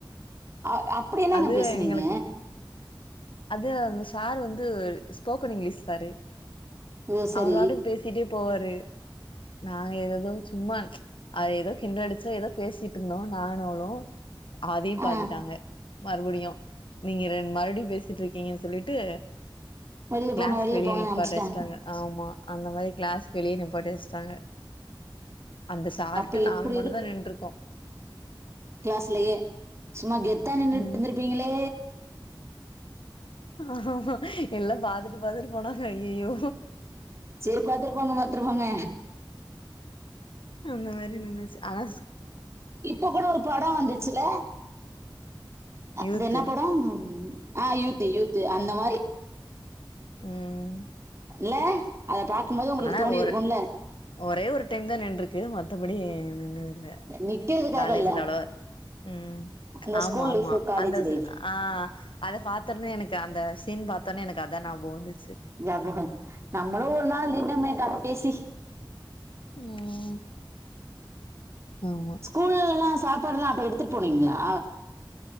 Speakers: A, on the right; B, on the left.
A: அ அப்படி என்னங்க
B: அது
A: பேசுனீங்க
B: எங்களுக்கு அது அந்த சார் வந்து ஸ்போக்கன் இங்கிலீஷ் சாரு
A: ஓ சரி
B: அவரு பாட்டுக்கு பேசிட்டே போவாரு நாங்க ஏததோ சும்மா அத ஏதோ கிண்டலடிச்சோ ஏதோ பேசிட்ருந்தோம் நானும் அவளும் அதையும்
A: ஆ
B: பாத்துட்டாங்க மறுபடியும் நீங்க ரெண் மறுபடியும் பேசிட்ருக்கீங்கன்னு சொல்ட்டு
A: வெளியில
B: க்ளாஸ்
A: போங்க வெளியில
B: வெளிய
A: போங்கன்னு
B: நிப்பாட்டி
A: அனுப்ச்சுட்டே
B: வச்சிட்டாங்க ஆம்மா அந்த மாரி க்ளாஸ் வெளிய நிப்பாட்டி வச்சிட்டாங்க அந்த சார்ட்ட
A: அப்ப எப்படி
B: நாங்க மட்டும்தா நின்ட்ருக்கோம்
A: க்ளாஸ்லயே சும்மா கெத்தா நின்னுட்ருந்திருப்பீங்களே
B: ம் ஆமா எல்லா பாத்துட்டு பாத்துட்டு போனாங்க அய்யயோ
A: செரி பாத்துருப்பாங்க பாத்துருப்பாங்க
B: அந்த மாரி நெனச்சு அதா
A: இப்ப கூட ஒரு படம் வந்துச்சுல அது
B: யூத்து
A: என்ன படம் ஆ யூத்து யூத்து அந்த மாரி
B: ம்
A: இல்ல அத பாக்கும் போது உங்களுக்கு
B: ஆனா
A: தோணிருக்கும்ல
B: ஒரு ஒரே ஒரு டைம்தா நின்ருக்கு மத்தபடி நின்னு
A: நிக்கிறதுக்காக
B: காலேஜ்ல
A: இல்ல
B: அவ்ளவா ம்
A: அந்த
B: ஆம்மாம்மா
A: ஸ்கூல் லைஃப் காலேஜ்
B: அந்த ச
A: லைஃப்
B: ஆ அத பாத்தவுன்னே எனக்கு அந்த சீன் பாத்தவுன்னே எனக்கு அதா நாபகம் வந்துச்சு
A: ஞாபகம் நம்மளும் ஒரு நாள் இந்த மரிதா பேசி
B: ம் ஆமா
A: ஸ்கூலெல்லாம் சாப்பாடல்லாம் அப்போ எடுத்துட்டு போனீங்ளா